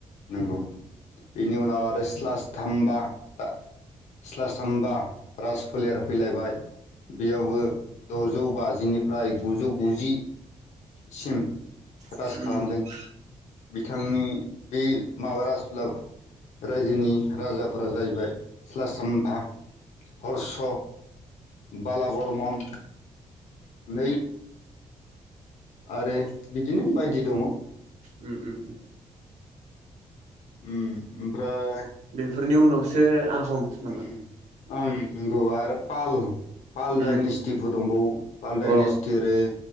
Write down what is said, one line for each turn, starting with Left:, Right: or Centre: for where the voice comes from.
Left: नंगौ। बिनि उनाव आरो स्लास थामबा, आ स्लास थाम्बा, राज फोलेर फैलायबाय। बेयावबो द'जौ बाजिनिफ्राय गुजौ गुजि सिम राज
Right: राजा
Left: खालामदों। बिथांनि बे माबा राज <inaudible> उलाफा रायजोनि राजाफोरा जाहैबाय स्लास थाम्बा <inaudible> हर्स' बाला बर्मन नै आरो बिदिनो बायदि दङ।
Right: उम उम उम।
Left: उम ओमफ्राय
Right: बेफोरनि उनावसो आहम
Left: ओम
Right: नामा
Left: ओम नंगौ। आरो पाल पाल डाइनेस्टिफोर
Right: उम
Left: दंबावो पाल डाइनेस्टि
Right: अ
Left: ओरै